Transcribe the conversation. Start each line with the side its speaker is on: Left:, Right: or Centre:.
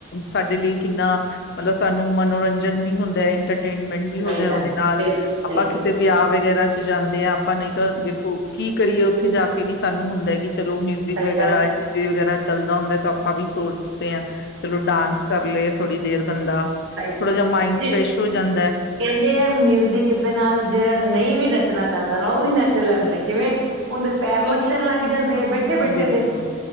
Left: ਸਾਡੇ ਲਈ ਕਿੰਨਾ, ਮਤਲਬ, ਸਾਨੂੰ ਮਨੋਰੰਜਨ ਵੀ ਹੁੰਦਾ। ਇੰਟਰ ਟੇਨਮੈਂਟ ਵੀ ਹੋਜੇ
Right: ਸਹੀ ਗੱਲ
Left: ਉਹਦੇ ਨਾਲ।
Right: ਬਿਲਕੁਲ
Left: ਆਪਾਂ
Right: ਬਿਲਕੁਲ
Left: ਕਿਸੇ ਵੀ ਵਿਆਹ ਵਗੈਰਾ ਚ ਜਾਂਦੇ ਹਾਂ ਆਪਾਂ। ਨਹੀਂ, ਤਾਂ ਦੇਖੋ ਕੀ ਕਰੀਏ? ਉੱਥੇ ਜਾ ਕੇ ਵੀ ਸਾਨੂੰ ਹੁੰਦਾ। ਕਿ ਚਲੋ ਮਿਊਜਿਕ
Right: ਸਹੀ
Left: ਵਗੈਰਾ,
Right: ਗੱਲ ਹੈ
Left: ਡੀਜੇ ਵਗੈਰਾ ਚੱਲਦਾ ਹੁੰਦਾ ਤਾਂ ਆਪ ਆ ਵੀ ਸੋਚ। ਪੁਛਦੇ ਹਾਂ, ਚਲੋ ਡਾਂਸ ਕਰ ਲੇ। ਥੋੜੀ ਦੇਰ ਬੰਦਾ
Right: ਸਹੀ ਗੱਲ
Left: ਥੋੜਾ ਜਿਹਾ ਮਾਇੰਡ ਫਰੈਸ਼ ਹੋ ਜਾਂਦਾ ਹੈ
Right: ਕਹਿੰਦੇ ਹੈ ਮਿਊਜ਼ਿਕ ਦੇ ਨਾਲ ਜਿਹੜਾ ਨਹੀਂ ਵੀ ਰਚਨਾ ਆ ਨਾ ਉਹ ਵੀ ਨ ਚ ਲੈਂਦਾ ਕਿਵੇਂ ਹੁੰਦੇ ਪੈਰ ਲੱਛਣ ਲੱਗ ਜਾਂਦੇ ਆ। ਬੈਠੇ-ਬੈਠੇ
Left: ਬਿਲਕੁਲ
Right: ਤੇ